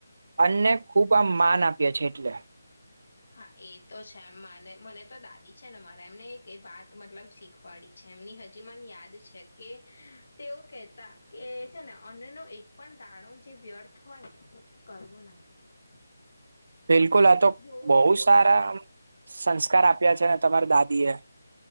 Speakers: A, on the right; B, on the left.
A: અન્ને ખૂબ આમ માન આપીએ છે એટલે
B: હા એ તો છે મને મને તો દાદી છે ને મારા એમને વાત મતલબ શીખવાડી છે એમની હજી મને યાદ છે કે તેઓ કેહેતા કે છે ને અન્નનો એક પણ દાણો જે વ્યર્થ હોય ને એ કરવો ના જોઈએ.
A: બિલકુલ આ તો
B: જોવો
A: બોવ
B: બી ના
A: સારા
B: જોઈએ
A: સંસ્કાર આપ્યા છે ને તમારી દાદી એ